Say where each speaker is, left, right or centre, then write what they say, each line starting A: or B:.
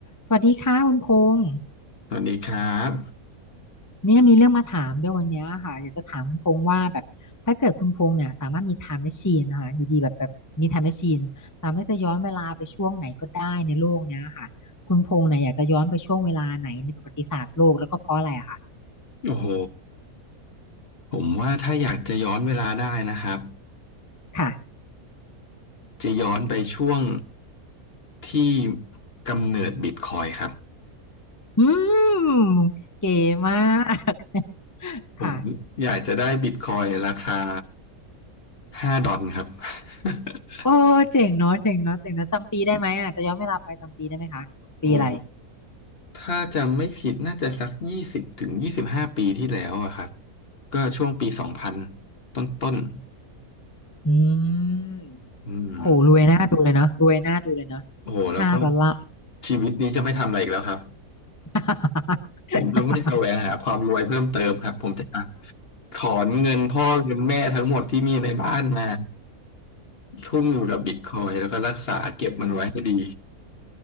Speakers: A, on the left; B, on the left.
A: สวัสดีค่ะคุณพงษ์
B: สวัสดีครับ
A: เนี่ยมีเรื่องมาถามด้วยวันเนี้ยค่ะอยากจะถามคุณพงษ์ว่าแบบถ้าเกิดคุณพงษ์เนี่ยสามารถมีไทม์แมชชีนนะคะอยู่ดีแบบแบบมีไทม์แมชชีนสามารถจะย้อนเวลาไปช่วงไหนก็ได้ในโลกเนี้ยค่ะคุณพงษ์เนี่ยอยากจะย้อนไปช่วงเวลาไหนในประวัติศาสตร์โลกแล้วก็เพราะอะไรอะค่ะ
B: โอ้โหผมว่าถ้าอยากจะย้อนเวลาได้นะครับ
A: ค่ะ
B: จะย้อนไปช่วงที่กำเนิดบิตคอยครับ
A: อืมเก๋มาก <laughs>
B: ผมอยากจะได้บิตคอยราคา
A: ค่ะ
B: ห้าดอลครับ <laughs>
A: โอ้เจ๋งเนาะเจ๋งเนาะเจ๋งเนาะจำปีได้ไหมอ่ะจะย้อนเวลาไปจำปีได้ไหมคะปีอะไร
B: โอ้โหถ้าจำไม่ผิดน่าจะสักยี่สิบถึงยี่สิบห้าปีที่แล้วอะครับก็ช่วงปีสองพันต้นต้นๆ
A: อืม
B: อืม
A: โหรวยน่าดูเลยนะรวยน่าดูเลยนะ
B: โอ้โหแล้วก็
A: ห้าดอลลาร์
B: ชีวิตนี้จะไม่ทำอะไรอีกแล้วครับ
A: <laughs>
B: ผมจะไม่แสวงหาความรวยเพิ่มเติมครับผมจะถอนเงินพ่อเงินแม่ทั้งหมดที่มีในบ้านมาทุ่มอยู่กับบิตคอยแล้วก็รักษาเก็บมันไว้ให้ดี